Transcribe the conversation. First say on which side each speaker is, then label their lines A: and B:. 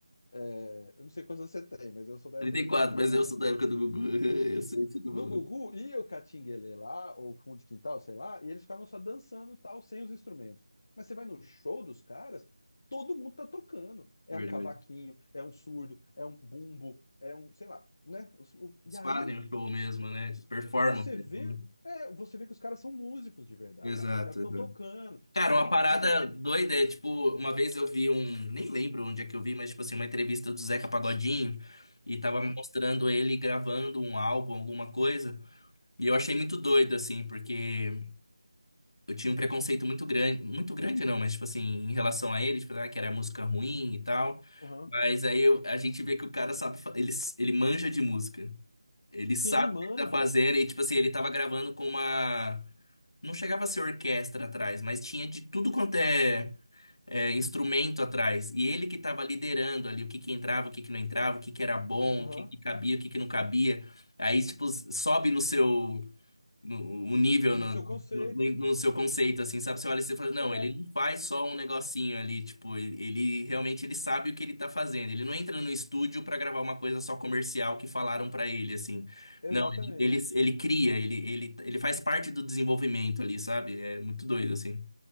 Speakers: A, on the left; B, on the left.
A: é, eu não sei quantos anos você tem, mas eu sou da
B: trinta
A: época do
B: e quatro
A: Gugu,
B: mas
A: tá?
B: eu sou da época do Gugu. <laughs> Eu sei o que eu tô
A: No
B: falando.
A: Gugu ia o catinguelê lá, ou fundo de quintal, sei lá, e eles ficavam só dançando e tal, sem os instrumentos. Mas você vai no show dos caras, todo mundo tá tocando. É
B: Verdade.
A: um cavaquinho, é um surdo, é um bumbo, é um, sei lá, né? Os- o-
B: Eles
A: E aí
B: fazem o show mesmo, né? Eles performam
A: você
B: mesmo,
A: vê,
B: né?
A: é, você vê que os caras são músicos de verdade.
B: Exato,
A: Os caras estão
B: exato.
A: tocando.
B: Cara,
A: Então,
B: uma parada
A: indep...
B: doida é, tipo, uma vez eu vi um, nem lembro onde é que eu vi, mas, tipo assim, uma entrevista do Zeca Pagodinho e tava
A: Aham,
B: mostrando ele gravando um álbum, alguma coisa, e eu achei muito doido, assim, porque eu tinha um preconceito muito grande, muito grande não, mas tipo assim, em relação a ele, tipo, ah, que era música ruim e tal.
A: aham.
B: Mas aí eu- a gente vê que o cara sabe, fa- ele, ele manja de música. Ele sabe
A: Sim, manja.
B: o que ele tá fazendo e tipo assim, ele tava gravando com uma não chegava a ser orquestra atrás, mas tinha de tudo quanto é, é, instrumento atrás. E ele que tava liderando ali o que que entrava, o que que não entrava, o que que era bom,
A: Aham.
B: o que que cabia, o que que não cabia. Aí tipo sobe no seu no, o nível
A: No
B: no,
A: seu conceito.
B: no, no seu
A: No
B: conceito,
A: seu...
B: assim, sabe? Você olha e você fala, não,
A: Exato.
B: ele não faz só um negocinho ali, tipo, ele, ele realmente ele sabe o que ele tá fazendo. Ele não entra no estúdio pra gravar uma coisa só comercial que falaram pra ele, assim.
A: Exatamente.
B: Não, ele, ele, ele cria, ele, ele, ele faz parte do desenvolvimento ali, sabe? É muito doido, assim.